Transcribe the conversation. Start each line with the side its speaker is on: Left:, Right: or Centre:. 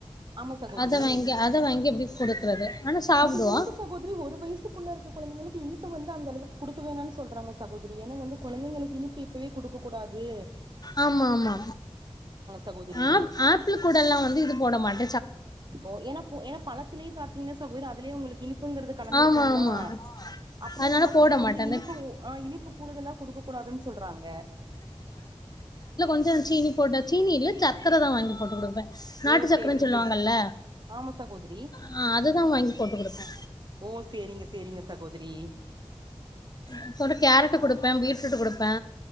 Right: ஆமா சகோதரி
Left: அத வாங்கி அத வாங்கி எப்டி குடுக்குறது ஆனா சாப்டுவா
Right: முடிஞ்ச அளவுக்கு சகோதரி ஒரு வயசுக்குள்ள இருக்க கொழந்தைகளுக்கு இனிப்ப வந்து அந்த அளவுக்கு கொடுக்க வேணான்னு சொல்றாங்க சகோதரி ஏன்னா வந்து குழந்தைங்களுக்கு இனிப்பு இப்போவே கொடுகக்கூடாது
Left: ஆமா ஆமா
Right: சகோதரி
Left: ஆப் ஆப்பிள் கூட எல்லா வந்து இது போட மாட்
Right: ஓ என என பழத்திலேயே பாத்தீங்கன்னா சகோதரி அதுலயே உங்களுக்கு இனிப்புங்கறது கலந்தத்திருக்கோங்களா
Left: ஆமா ஆமா
Right: அப்டிங்கு
Left: அதனால
Right: போது
Left: போட
Right: நீங்க
Left: மாட்டே
Right: வந்து
Left: அந்த
Right: இனிப்பு இனிப்பு கூடுதலா கொடுக்க கூடாதுன்னு சொல்றாங்க
Left: அதா சீனி போட்ட சீனி இல்ல சக்கரை தா வாங்கி போட்டு கொடுப்பே நாட்டு
Right: ஓ
Left: சக்கரன்
Right: சேரிங்க
Left: சொல்லுவாங்கல்ல
Right: சேரி ஆமா சகோதரி
Left: ஆ அதுதா வாங்கி போட்டுக்கடுப்பே
Right: ஓ சேரிங்க சேரிங்க சகோதரி
Left: அகூட கேரட் கொடுப்பே பீட்ரூட் கொடுப்பே